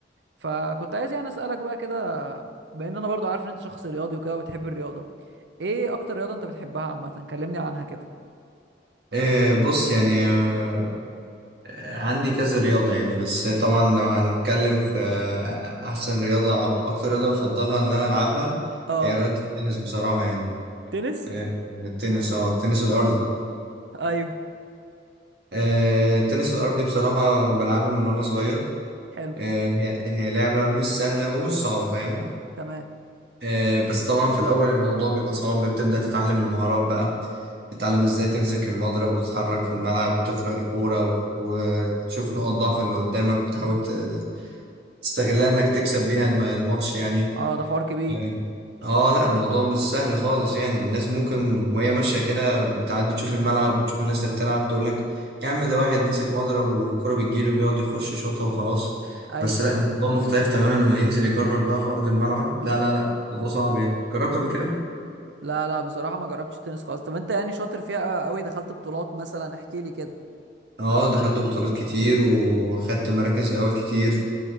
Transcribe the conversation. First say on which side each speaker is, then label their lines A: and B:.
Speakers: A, on the right; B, on the right.
A: فكنت عايز يعني اسالك بقى كده بان انا برضو عارف ان انت شخص رياضي وكده وبتحب الرياضه ايه اكتر رياضه انت بتحبها عامه كلمني عنها كده
B: إيه بص يعني آه، عندي كذا رياضة يعني بس طبعا لو هنتكلم في آه، أحسن رياضة أو أكتر رياضة بفضلها إن أنا ألعبها
A: اه
B: هي رياضة التنس بصراحة يعني
A: تنس
B: آه، التنس أه التنس الأرضي
A: ايوه
B: آه، التنس الأرضي بصراحة بلعبها من وأنا صغير
A: حلو
B: آه، هي هي لعبة مش سهلة ومش صعبة فاهم
A: تمام
B: آه، بس طبعا في الأول الموضوع بيبقى صعب بتبدأ تتعلم المهارات بقى تتعلم ازاي تمسك المضرب وتتحرك في الملعب وتفرق الكورة وت- وتشوف نقط ضعف اللي قدامك وتحاول ت- تستغلها انك تكسب بيها الم- الماتش يعني
A: اه ده حوار كبير
B: يعني اه لا الموضوع مش سهل خالص يعني الناس ممكن وهي ماشية كده بتعدي تشوف الملعب وتشوف الناس اللي بتلعب تقول لك يا عم ده واحد ماسك مضرب والكرة بتجيله بيقعد يخش يشوطها وخلاص
A: ايوه
B: بس لا الموضوع مختلف تماما لما ينزل يجرب بقى في أرض الملعب لا لا لا الموضوع صعب يعني جربت قبل كده؟
A: لا لا بصراحه ما جربتش تنس خالص طب انت يعني شاطر فيها قوي دخلت بطولات مثلا احكي لي كده
B: اه دخلت بطولات كتير وخدت مراكز الأول كتير